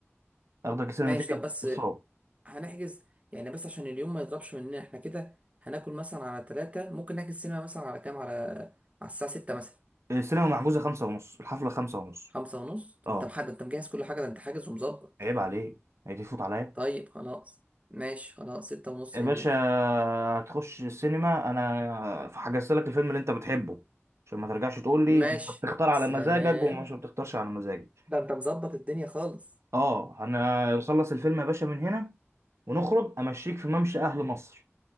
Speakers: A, on the right (about 75°); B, on the right (about 30°).
A: اخدك لسينما
B: ماشي طب بس
A: الصاوي
B: هنحجز يعني بس عشان اليوم ما يضربش مننا احنا كده هناكل مثلا على ثلاثة ممكن نحجز سينما مثلا على كام على على الساعة ستة مثلا
A: السينما محجوزة خمسة ونص الحفلة خمسة ونص
B: خمسة ونص
A: اه
B: انت محدد انت مجهز كل حاجة ده انت حاجز ومظبط
A: عيب عليه عيب يفوت عليا
B: طيب خلاص ماشي خلاص ستة ونص
A: يا
B: جميل
A: باشا هتخش السينما انا حجزت لك الفيلم اللي انت بتحبه عشان ما ترجعش تقول لي
B: ماشي
A: انت بتختار على
B: سلام
A: مزاجك ومش بتختارش على مزاجك
B: ده انت مظبط الدنيا خالص
A: اه انا نخلص الفيلم يا باشا من هنا ونخرج امشيك في ممشى اهل مصر